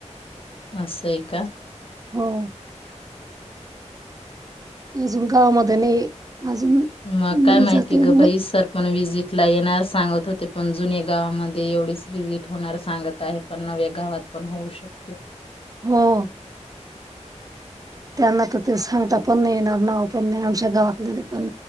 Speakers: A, on the left (about 50°); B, on the right (about 30°).
A: असंय का?
B: हो अजून गावामध्ये नाही अजून
A: मग काय
B: नाही
A: माहिती
B: जाते नवं
A: ग बाई सर पण विजिट ला येणार सांगत होते पण जुन्या गावामध्ये एवढीच विजिट होणार सांगत आहेत पण नव्या गावात पण होऊ शकते
B: हो त्यांना तर ते सांगता पण नाही येणार ना पण नाही आमच्या गावात पण